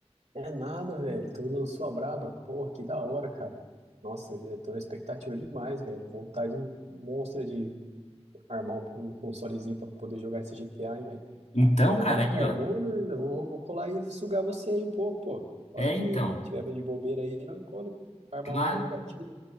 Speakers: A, on the right; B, on the left.
A: é nada, velho. Tu lançou a braba. Porra, que da hora, cara. Nossa, eu tô na expectativa demais, velho. Vontade monstra de armar um, um consolezinho pra poder jogar esse GTA, hein, velho.
B: Então,
A: Mas agora
B: cara,
A: que
B: aí,
A: tu armou,
B: ó.
A: né? Eu vou, vou colar e sugar você aí um pouco, pô. A
B: É,
A: hora que
B: então.
A: você tiver de bobeira aí, nós cola, armar
B: Claro,
A: uma jogatina.